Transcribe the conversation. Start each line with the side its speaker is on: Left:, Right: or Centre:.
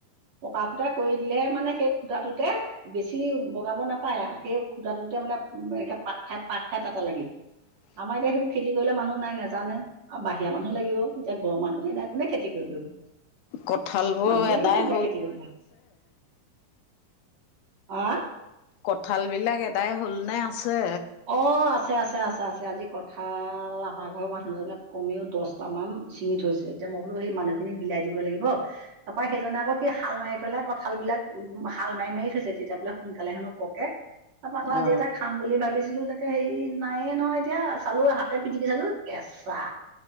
Right: পকা খুঁটা কৰি দিলেহে মানে সেই খুটাটোতে বেছি বগাব নাপায়, সেই খুটাটোতে মানে এ, পাত খাই পাত খাই তাটা লাগিল।
Left: <inaudible>
Right: আমাৰ এতিয়া সেইবোৰ খেতি কৰিলে মানুহ নাই নাজানে। আৰু বাহিৰা মানুহ লাগিব, এতিয়া ঘৰ মানুহে নাই কোনে খেতি কৰিব <unintelligible>
Left: কঁঠালবোৰ
Right: মানুহ
Left: এদায়
Right: <unintelligible> খেতি কৰিবলে, আ
Left: কঁঠালবিলাক এদাই হ'লনে আছে?
Right: অ' আছে আছে আছে আছে। আজি কঁঠাল আমাৰ ঘৰৰ মানুহজনে কমেও দহটামান চিঙি থৈছে, এতিয়া মই বোলো সেই মানুহখিনিক বিলাই দিব লাগিব তাৰপৰা সেইজনে আকৌ সে হাল মাৰি পেলাই কঁঠালবিলাক উ, হাল মাৰি মাৰি থৈছে, তেতিয়া বুলে সোনকালে হেনো পকে। তাৰপা আকৌ আজি
Left: অ
Right: এটা খাম বুলি ভাবিছিলোঁ, তাকে হেৰি নায়ে নহয় এতিয়া। চালোঁ, হাতে পিটিকি চালোঁ কেঁচা,